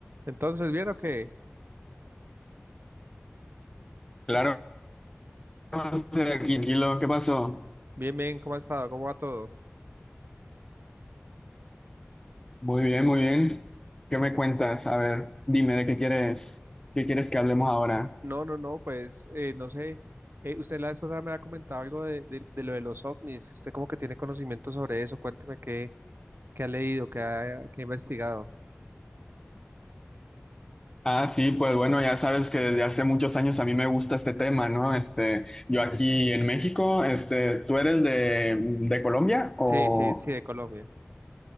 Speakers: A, on the right (about 65°); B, on the left (about 15°).
A: Entonces, ¿bien o qué?
B: Claro, estoy aquí, tranquilo. ¿Qué pasó?
A: Bien, bien, ¿cómo ha estado? ¿Cómo va todo?
B: Muy bien, muy bien. ¿Qué me cuentas? A ver, dime de qué quieres, qué quieres que hablemos ahora.
A: No, no, no, pues eh, no sé. Eh, usted la vez pasada me ha comentado algo de, de, de lo de los ovnis. Usted como que tiene conocimiento sobre eso. Cuénteme qué, qué ha leído, qué ha, qué ha investigado.
B: Ah, sí, pues bueno, ya sabes que desde hace muchos años a mí me gusta este tema, ¿no? Este, yo aquí en México, este, ¿tú eres de, de Colombia o,
A: Sí, sí, sí, de Colombia.